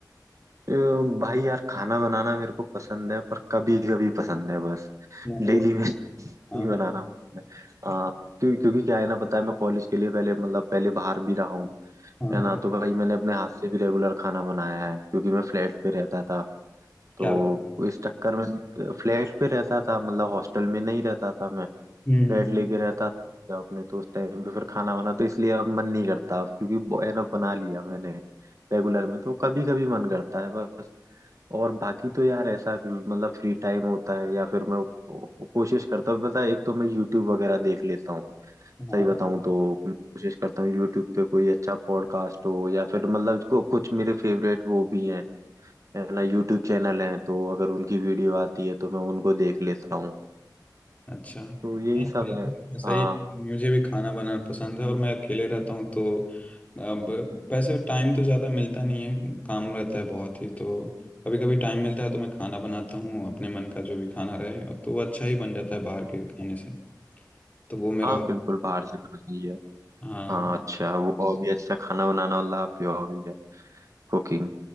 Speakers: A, on the right (about 45°); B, on the left (about 20°).
A: अ, भाई यार खाना बनाना मेरे को पसंद है पर कभी कभी पसंद है बस
B: हाँ
A: डेली में नहीं
B: हाँ
A: बनाना पसंद है हाँ क्यों, क्योंकि क्या है ना पता है मैं कॉलेज के लिए पहले मतलब पहले बाहर भी रहा हूँ
B: हाँ
A: है
B: हाँ,
A: ना तो भाई मैंने अपने हाथ से भी रेगुलर खाना बनाया है क्योंकि मैं फ्लैट पे रहता था तो
B: क्या बात
A: इस चक्कर में फ्लैट पे रहता था मतलब हॉस्टल में नहीं रहता था मैं
B: हम्म
A: फ्लैट
B: हम्म।
A: लेके रहता था अपने तो उस टाइम पे फिर खाना वाना तो इसलिए अब मन नहीं करता अब क्योंकि एनफ बना लिया मैंने रेगुलर में तो कभी कभी मन करता है बस और बाकी तो यार ऐसा कि मतलब फ्री टाइम होता है या फिर मैं को- कोशिश करता हूँ पता है एक तो मैं यूट्यूब वगैरह देख लेता हूँ
B: हाँ
A: सही बताऊँ तो कोशिश करता हूँ यूट्यूब पे कोई अच्छा पॉडकास्ट हो या फिर मतलब को कुछ मेरे फेवरेट वो भी हैं है ना यूट्यूब चैनल हैं तो अगर उनकी वीडियो आती है तो मैं उनको देख लेता हूँ
B: अच्छा हाँ,
A: तो यही सब
B: मेरे को
A: है
B: भी ऐसा
A: हाँ
B: ही है। मुझे भी खाना बनाना पसंद है और मैं अकेले रहता हूँ तो अब वैसे टाइम तो ज़्यादा मिलता नहीं है काम रहता है बहुत ही तो कभी कभी टाइम मिलता है तो मैं खाना बनाता हूँ अपने मन का जो भी खाना रहे और तो वो अच्छा ही बन जाता है बाहर के खाने से तो वो मेरा
A: हाँ
B: हॉबी
A: बिल्कुल बाहर से तो सही है
B: हाँ
A: हाँ अच्छा वो हॉबी अच्छा खाना बनाना मतलब आपकी हॉबी है कुकिंग